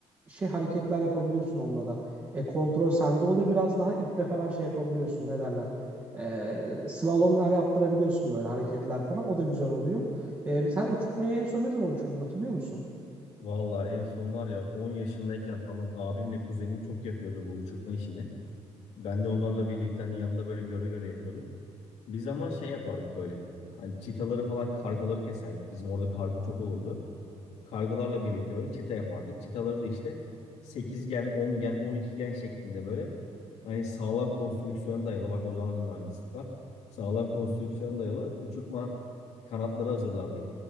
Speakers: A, on the right; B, on the left.
A: şey hareketler yapabiliyorsun onunla da. E, kontrol sende oluyor biraz daha iple falan şey yapabiliyorsun ne derler. E, slalomlar yaptırabiliyorsun böyle hareketler falan o da güzel oluyor. E, sen uçurtmayı en son ne zaman uçurdun hatırlıyor musun?
B: Valla en son var ya 10 yaşındayken falan abimle kuzenim çok yapıyordu bu uçurtma işini. Ben de onlarla birlikte hani yanında böyle göre göre yapıyorduk. Biz ama şey yapardık böyle. Hani çitaları falan kargaları keserdik. Bizim orada kargı çok olurdu. kargılarla birlikte böyle çita yapardık. Çitaları da işte sekizgen, ongen, 10 gen, gen şeklinde böyle hani sağlam konstrüksiyona dayalı bak o zaman da mühendislik var. Sağlam konstrüksiyona dayalı uçurtma kanatları hazırlardık.